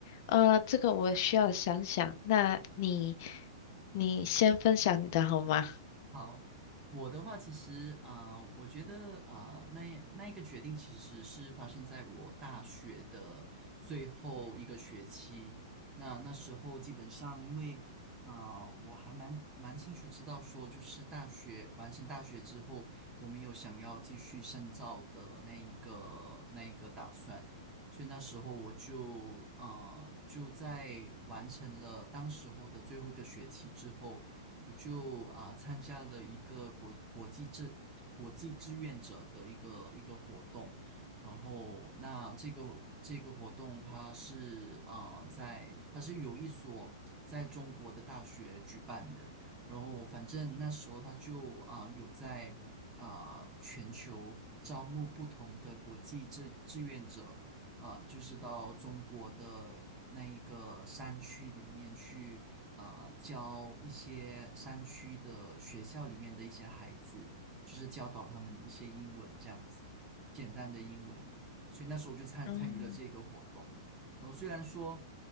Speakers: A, on the left; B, on the right.
A: 呃，这个我需要想想。那你你先分享你的好吗？
B: 好，我的话其实啊、呃我觉得啊、呃那那一个决定其实是发生在我大学的最后一个学期。那那时候基本上因为啊、呃我还蛮蛮清楚知道说，就是大学完成大学之后，我没有想要继续深造的那一个那一个打算。所以那时候我就啊，就在完成了当时候的最后一个学期之后。我就啊、参加了一个国国际志国际志愿者的一个一个活动，然后那这个这个活动它是啊、在它是有一所在中国的大学举办的，然后反正那时候他就啊、有在啊、全球招募不同的国际志志愿者。啊、就是到中国的那一个山区里面去啊、教一些山区的学校里面的一些孩子，就是教导他们一些英文这样子，简单的英文。所以那时候我就参参与了这个活动。
A: 嗯，
B: 然后虽然说